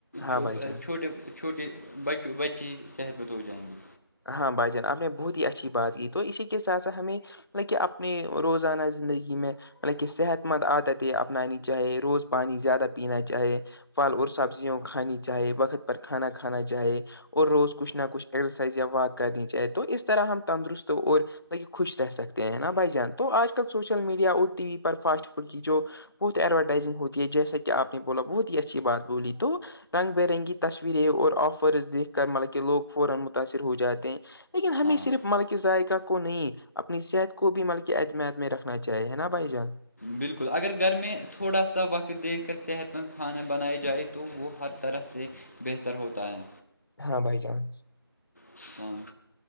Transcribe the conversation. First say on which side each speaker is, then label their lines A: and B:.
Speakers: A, on the left; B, on the left.
A: ہاں
B: چھوٹے
A: بھائی جان
B: چھوٹے بچ بچے صحت مند ہو جائیں گے
A: ہاں بھائی جان آپ نے بہت ہی اچھی بات کی تو اسی کے ساتھ ساتھ ہمیں یہ کہ اپنی روزانہ زندگی میں مطلب کہ صحت مند عادت یہ اپنانی چاہیے روز پانی زیادہ پینا چاہے پھل اور سبزیوں کھانی چاہے وقت پر کھانا کھانا چاہے اور روز کچھ نہ کچھ یا وات کرنی چاہے تو اس طرح ہم تندرست اور ل خوش رہ سکتے ہیں نا بھائی جان تو آج کل سوشل میڈیا اور ٹی وی پر فاسٹ فوڈ کی جو بہت ایڈورٹائزنگ ہوتی ہے جیسا کہ آپ نے بولا بہت ہی اچھی بات بولی تو رنگ ب رنگی تصویریں اور فرسز دیکھ کر مطلبکہ لوگ فورامت متاثر ہو جاتے ہیں لیکن ہمیں
B: ہاں
A: صرف ملک ذائقہ کو نہیں اپنی صحت کو بھی مطل اعتمت میں رکھنا چاہیے ہے نا بھائی جان
B: بالکل اگر گھر میں تھوڑا سا وقت دیکھ کر صحت مند کھانا بنیا جائے تو وہ ہر طرح سے بہتر ہوتا ہے
A: ہاں بھائی چان
B: سام